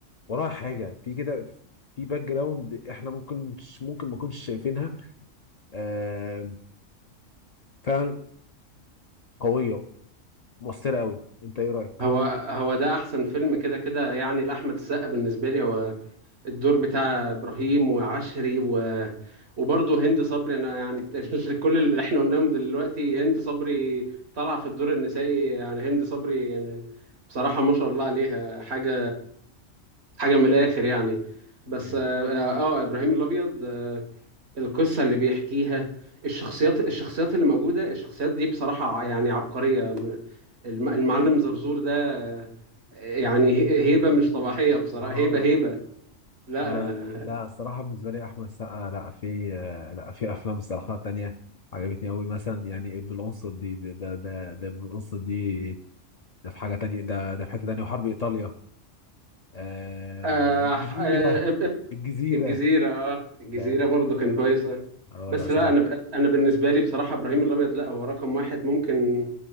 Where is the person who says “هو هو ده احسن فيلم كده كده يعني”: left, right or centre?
Right